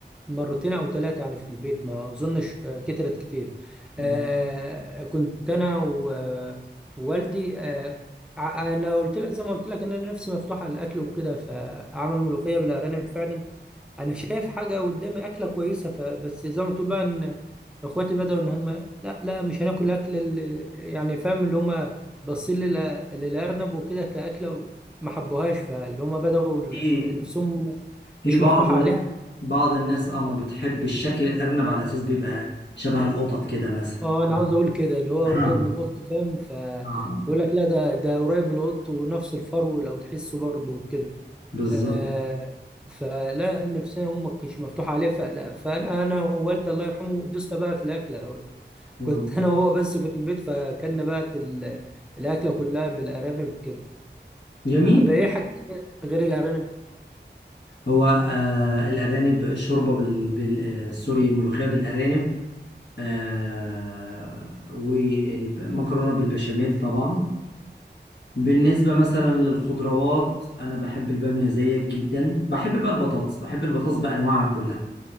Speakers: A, in the centre; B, on the left.
A: مرتين او ثلاثه يعني في البيت ما اظنش آه، كترت كتير
B: آه،
A: آه كنت انا و- ووالدي آه ع- انا قلت لك زي ما قلت لك ان انا نفسي مفتوحه للاكل وكده فعملوا ملوخيه بالارانب فعلا انا شايف حاجه قدامي اكله كويسه فبس زي ما تقول بقى ان اخواتي بداوا ان هم لا لا مش هناكل الاكل اللي يعني فاهم اللي هم باصين للأ- للارنب وكده كاكله ما حبوهاش فاللي هم بداوا ال-
B: في
A: نفسهم
B: في
A: مش
B: بعض
A: مفتوحه عليها
B: بعض الناس اه ما بتحب الشكل الأرنب على أساس بيبقى شبه القطط كده مثلا
A: اه انا
B: <laughs>
A: عاوز اقول كده اللي هو
B: آه.
A: قريب من القط فاهم فيقول
B: آه.
A: لك لا ده ده قريب من القط ونفس الفرو لو تحسه برضه وكده
B: بالظبط
A: آه فلا النفسيه هم مش مفتوحه عليها فلا فانا ووالدي الله يرحمه دوسنا بقى في الاكله
B: مم.
A: كنت انا وهو بس في البيت فكنا بقى ال- الاكله كلها بالارانب كده
B: جميل
A: طب ايه حاجه تانية غير الارانب
B: هو آه الأرانب شوربة بال, بال آه سوري ملوخية بالأرانب آه والمكرونة بالبشاميل طبعا بالنسبة مثلا للخضروات أنا بحب البامية زيك جدا بحب بقى البطاطس بحب البطاطس بأنواعها كلها